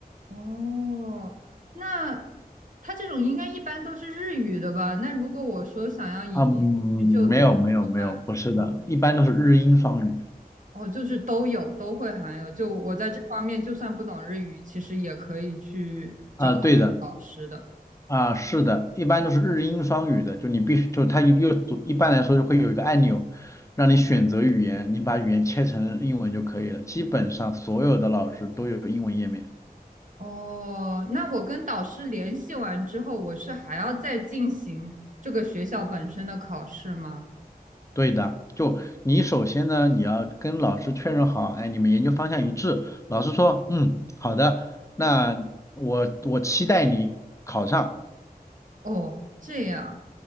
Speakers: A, on the right; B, on the left.
A: 哦，那他这种应该一般都是日语的吧？那如果我说想要以英语去就读，
B: 啊，嗯，没有没有没有，
A: 好吧？
B: 不是的，
A: 嗯，
B: 一般都是日英双语。
A: 哦，就是都有，都会含有。就我在这方面，就算不懂日语，其实也可以去找到这个导师的。
B: 啊，对的。啊，是的，一般都是日英双语的，就你必须，就它又一般来说就会有一个按钮，让你选择语言，你把语言切成英文就可以了。基本上所有的老师都有英文页面。
A: 哦，那我跟导师联系完之后，我是还要再进行这个学校本身的考试吗？
B: 对的，就你首先呢，你要跟老师确认好，哎，你们研究方向一致。老师说，嗯，好的，那我我期待你考上。
A: 哦，这样。